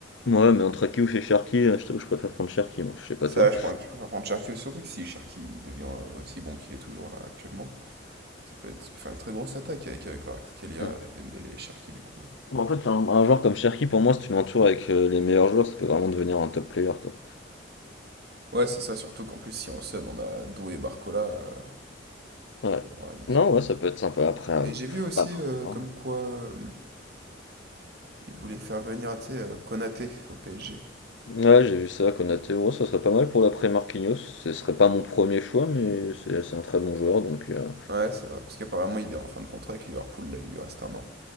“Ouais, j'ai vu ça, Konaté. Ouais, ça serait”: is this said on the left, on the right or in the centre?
Left